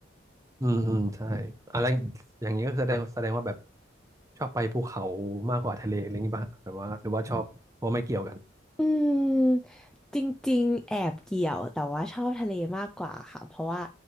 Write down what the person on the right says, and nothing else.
อืมอืมใช่อะไรอย่างนี้ก็แสดงแสดงว่าแบบชอบไปภูเขามากกว่าทะเลอะไรอย่างงี้ป่ะแบบว่าหรือว่าชอบว่าไม่เกี่ยวกัน